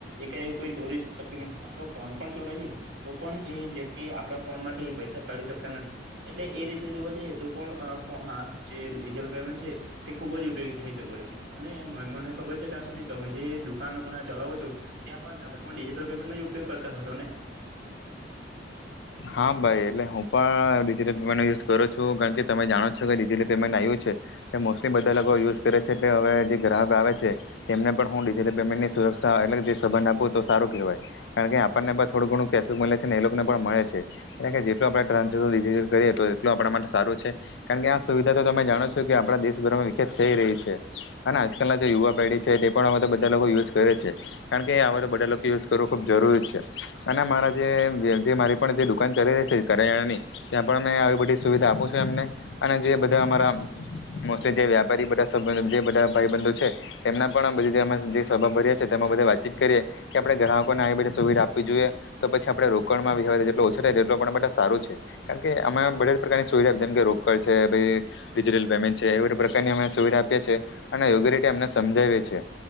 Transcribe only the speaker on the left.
હા ભાઈ એટલે હું પણ ડિજિટલ પેમેટનો યુઝ કરું છું. કારણ કે તમે જાણો છો કે ડિજિટલ પેમેન્ટ આયું છે. તે મોસ્ટલી બધા લોકો યુઝ કરે છે. એટલે હવે જે ગ્રાહક આવે છે તેમને પણ હું ડિજિટલ પેમેન્ટની સુરક્ષા એટલે કે જે સંબંધ આપું તો સારું કહેવાય. કારણ કે આપણને પણ થોડું ઘણું કેશ મળે છે ને એ લોકોને પણ મળે છે. છે. એટલે કે જેટલું આપણે <inaudible> ડિજિટલ કરીએ તો એટલું આપણા માટે સારું છે. કારણ કે આ સુવિધા તો તમે જાણો જ છો કે આપણા દેશભરમાં વિખ્યાત થઈ રહી છે. અને આજકલના જે યુવા પેઢી છે તે પણ હવે તો બધા લોકો યુઝ કરે છે. કારણ કે હવે તો બધા લોકો યુઝ કરવો ખુબ જરૂરી છે, અને મારા જે <inaudible> જે મારી પણ જે દુકાન ચાલી રહી છે કરયાણાની ત્યાં પણ અમે આવી બધી સુવિધા આપું છું એમને અને જે બધા અમારા મોસ્ટલી જે વ્યાપારી બધા સબંધી જે બધાં ભાઈબંધો છે તેમના પણ બધ અમે સભા ભરીએ છીએ તેમાં બધે વાતચીત કરીએ કે આપણે ગ્રાહકોને આવી બધી સુવિધા આપવી જોઈએ તો પછી આપણે રોકડમાં વ્યવહાર જેટલો ઓછો થાય તેટલો આપણા માટે સારું છે. કારણ કે અમે બધા જ પ્રકારની સુવિધા જેમ કે રોકડ છે ભઈ ડિજિટલ પેમેન્ટ છે. એવા બધા પ્રકારની અમે સુવિધા આપીએ છીએ. અને યોગ્ય રીતે એમને સમજાવીએ છીએ.